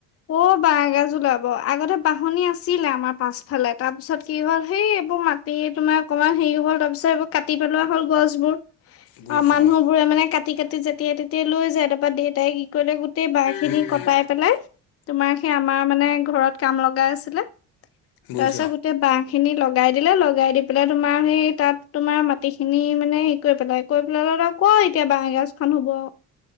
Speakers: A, on the left; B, on the left.
A: অহ, বাইগাজ উলাব আগতে বাহনি আছিলে আমাৰ পাছফালে তাৰ পিছত কি হ'ল সেই এইবোৰ মাটি তোমাৰ অকমান হেৰি হ'ল তাৰ পিছত এইবোৰ কাটি পেলোৱা হ'ল গছবোৰ।
B: বুজিছো
A: অহ, মানুহ
B: অ
A: বোৰে মানে কাটি - কাটি, যেতিয়াই- তেতিয়াই লৈ যায় তাৰপা দেউতাই গলে গোটেই বাহ খিনি
B: উম উম
A: কটাই পেলাই তোমাৰ সেই আমাৰ মানে ঘৰত কাম লগা আছিলে
B: বুজিছো
A: তাৰপিছত
B: অ
A: গোটেই বাহ খিনি লগাই দিলে লগাই দি পেলাই তোমাৰ সেই তাত তোমাৰ মাটি খিনি মানে হেৰি কৰি পেলাই - কৰি পেলাই <unintelligible> এতিয়া বাঁহগাজ খান হব।